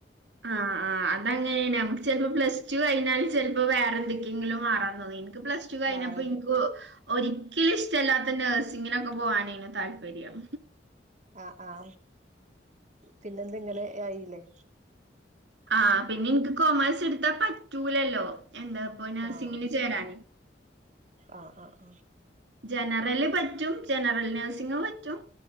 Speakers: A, on the right; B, on the right.
A: ആഹ് ആ അതങ്ങനേണ് നമ്മക്ക് ചെലപ്പോ പ്ലസ് ടു ടു കഴഞ്ഞാല് ചെലപ്പോ വേറെന്തൊക്കെങ്കിലും മാറാൻ തോന്നും ഇൻക്ക് പ്ലസ്ടു കഴിഞ്ഞപ്പോ
B: മാറത്
A: ഇൻക്ക് ഒരിക്കലും ഇഷ്ടല്ലാത്ത നഴ്സിങ്ങിനൊക്കെ പോവാനേനു താല്പര്യം
B: ആഹ് ആഹാ പിന്നെന്തെയിങ്ങനെ ആയില്ലേ?
A: ആഹ് പിന്നെൻക്ക് കൊമേഴ്സ്ട്ത്താ പറ്റൂലല്ലോ? എന്താ ഇപ്പൊ നഴ്സിങ്ങിന്
B: ആഹ ആഹ
A: ചേരാന്
B: ആഹ ആഹ
A: ജനറല് പറ്റും ജനറൽ നേഴ്സിങ് പറ്റും